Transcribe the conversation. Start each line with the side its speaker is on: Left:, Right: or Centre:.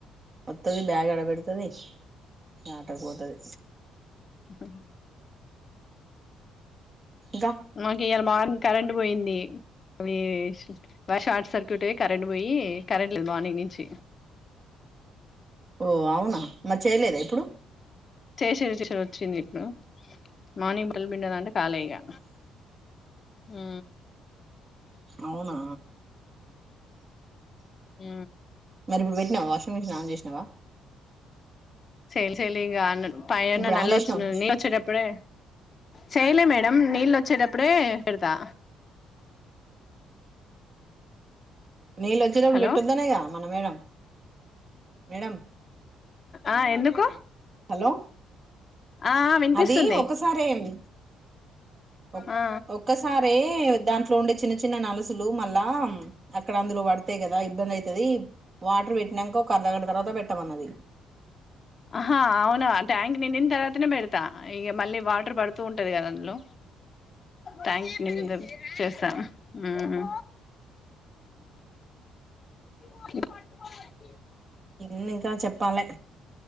Right: వత్తది బ్యాగ్ ఆడ బెడుతది ఈ ఆట కు పోతది
Left: అ
Right: ఇంకా
Left: మాకి ఇయలా మార్నింగ్ కరెంన్ ట్ పోయింది అవి వ షార్ట్ సర్క్యూట్ అయి కరెంట్ పోయి కరెంట్ లేదు మార్నింగ్ నుంచి
Right: ఓ అవున మరి చేయలేదా ఇప్పుడు
Left: చేసిర్ చేసిర్ వచ్చింది ఇప్పుడు మార్నింగ్ బట్టలు పిండుదం అంటే కాలె ఇగా ఉ
Right: అవునా
Left: ఉ
Right: మరి ఇప్పుడు పెట్టినవా వాషింగ్ మిషిన్ ఆన్ చేసినావ
Left: చైలె చైలింగ అన్నడు పైన
Right: ఇప్పుడు
Left: నల్ల
Right: ఆన్ చేసినావా
Left: వొచ్చిన
Right: మిషన్
Left: నీళ్లు వచ్చెటప్పుడే చేయలే మేడం నీళ్ళు వచ్చేటప్పుడే పెడతా
Right: నీళ్ళు వచ్చేటప్పుడు
Left: హలో
Right: పెట్టొద్దు అనేగా మన మేడం మేడం
Left: ఆ ఎందుకు
Right: హలో
Left: ఆ వినిపిస్తుంది
Right: అది ఒకసారే ఏం ఒక్
Left: ఆ
Right: ఒక్కసారే దాన్ ట్లో ఉండే చిన్న చిన్న నలుసులు మళ్ల అక్కడ అందులో పడతయి కదా ఇబ్బంది అయి తది వాటర్ పెట్టినాంక ఒక అర్ధగంట తర్వాత పెట్టామన్నది
Left: అహా అవును ట్యాంక్ నిండిన తర్వాతనే పెడతా ఇక మళ్ళీ వాటర్ పడుతూ ఉంటది కదా అందులో ట్యాంక్ నిండా
Right: అదే
Left: చేస్తాన ఊమ్
Right: స
Left: కొట్టుకొవద్దు
Right: మ్ ఇంకా చెప్పాలె